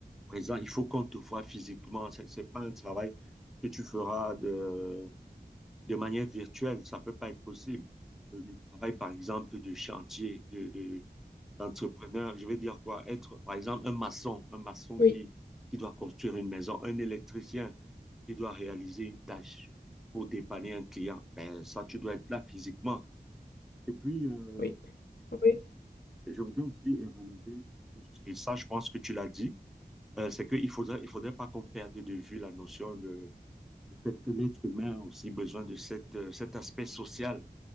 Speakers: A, in the centre; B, on the left (about 75°).
A: présent, il faut qu'on te voit physiquement. C'est n'est pas un travail que tu feras de, de manière virtuelle. Ça peut pas être possible. Le le travail, par exemple, de chantier, de, de- d'entrepreneur, je vais dire quoi? Être, par exemple, un maçon, un maçon
B: Oui,
A: qui, qui doit construire une maison, un électricien qui doit réaliser une tâche pour dépanner un client. Ben, ça, tu dois être là physiquement. Et puis, euh,
B: oui, oui,
A: je voudrais aussi relever quelque chose. Et ça, je pense que tu l'as dit euh, c'est qu'il faudrait, il faudrait pas qu'on perde de vue la notion de, du fait que l'être humain a aussi besoin de cette, euh, cet aspect social,